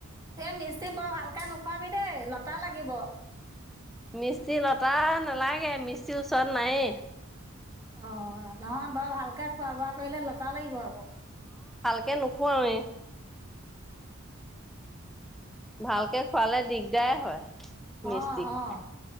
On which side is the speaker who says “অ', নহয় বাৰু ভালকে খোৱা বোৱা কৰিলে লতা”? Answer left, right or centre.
Right